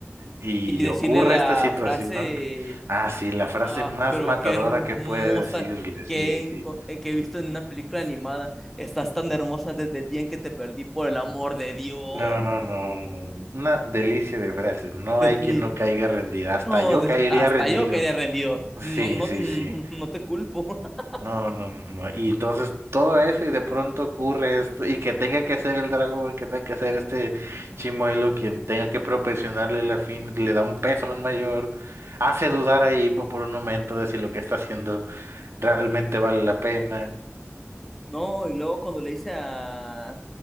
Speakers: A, on the right; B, in the centre.
A: y
B: y decirle
A: ocurre
B: la
A: esta situación.
B: frase,
A: Ah, sí, la frase
B: ah,
A: más
B: pero
A: matadora
B: qué hermosa
A: que puede decirle,
B: que
A: sí, sí,
B: he,
A: sí.
B: enco- eh, que he visto en una película animada. Estás tan hermosa desde el día en que te perdí, por el amor de Dios.
A: No, no, no, no, una delicia de frase, no
B: Defi-
A: hay quien no caiga rendida, hasta
B: no,
A: yo
B: de-
A: caería
B: hasta
A: rendido.
B: yo quedé rendido. No,
A: Sí,
B: no,
A: sí,
B: no,
A: sí.
B: no te culpo. <laughs>
A: No, no, no, no. Y entonces todo eso y de pronto ocurre esto y que tenga que hacer el dragón, que tenga que hacer este chimuelo, quien tenga que proporcionarle la fin, le da un peso mayor, hace dudar ahí po- por un momento de si lo que está haciendo realmente vale la pena.
B: No, y luego cuando le hice a